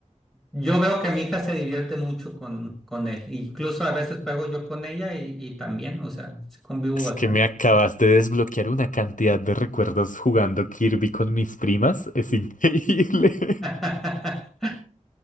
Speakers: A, in the centre; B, on the left (about 85°).
A: Yo veo que mi hija se divierte mucho con, con él. Incluso a veces juego yo con ella y, y también, o sea, sí convivo
B: Es
A: bastante.
B: que me acabas de desbloquear una cantidad de recuerdos jugando Kirby con mis primas. Es increíble. <laughs>
A: <laughs>